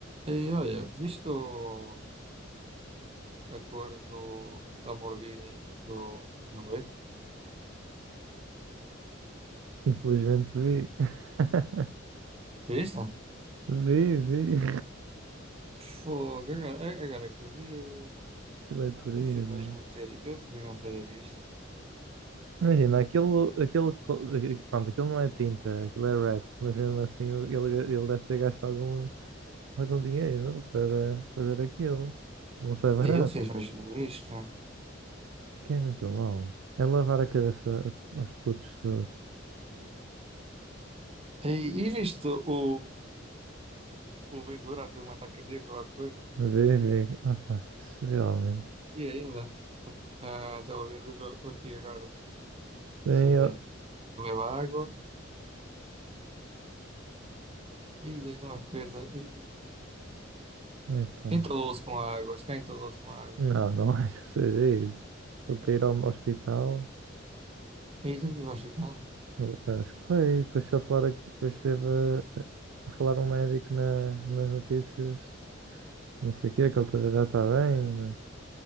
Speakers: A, on the right; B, on the right.
A: E olha, viste o- a cor do Lamborghini do Número?
B: Infelizmente vi. <laughs>
A: Viste?
B: Vi, vi.
A: Fogo, agora, agora que eu vi,
B: Aquilo é terrível.
A: eu fui mesmo ter, eu fui mesmo fazer isto.
B: Imagina, aquilo, aquilo, pronto, aquilo não é tinta, aquilo é rap, mas mesmo assim ele, ele deve ter gasto alguns, algum dinheiro para fazer aquilo, que não sai barato.
A: E ele fez mesmo isto.
B: É Que é muito mau. É lavar a cabeça a- aos putos todos.
A: E, e viste o, o Ventura a ter um ataque cardíaco lá que foi?
B: Vê, vê. Ah, pá, isso realmente.
A: Vi ainda. Ah, Estava a ver o jogo aqui agora.
B: Sim,
A: Deixa eu
B: eu...
A: ver. Bebeu água. E dei uma perda. E
B: Epá.
A: entalou-se com a água. Acho que entalou-se com a água.
B: Não, não <laughs> acho que seja isso. Ele para ir ao hospital.
A: E teve que ir ao hospital.
B: Eu- Acho que foi. Depois, foi a falar, depois esteve a, a falar um médico na, nas notícias, não sei o quê, que ele tá- já está bem, mas.